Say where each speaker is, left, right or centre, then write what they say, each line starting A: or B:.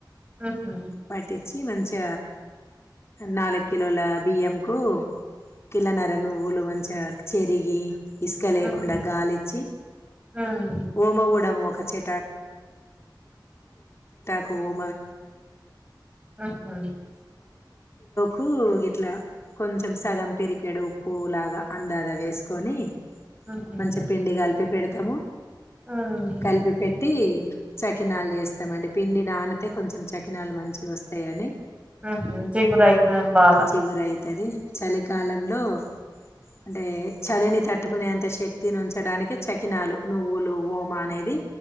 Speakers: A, on the right; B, on the left.
A: మ్హు
B: పట్టించి మంచి నాలుక్ కిలోల బియ్యంకు కిల నర నువ్వులు మంచిగ చెరిగి ఇసుక లేకుండా
A: మ్హు
B: గాలిచ్చి
A: మ్మ్
B: ఓమ కూడ నం చె వ
A: మ్హు
B: వ ఇట్లా కొంచెం సగం పరికాడు ఉప్పు లాగా అందాదా వేసుకు కానీ
A: మ్హు
B: మంచి పిండి గలి చెప్పి పెడతాము
A: మ్మ్
B: కలిపి పెట్టి చకినాలు చేస్తామండి పిండి నానతే కొంచెం చకినాలు మంచి వస్తాయని
A: ఉ చిగుర అయితుందం బాగా
B: జిగురు అయితది చలికాలంలో అంటే చలిని తట్టుకునేంత శక్తిని ఉంచడానికి చకినాలు నువ్వులు ఓమా అనేది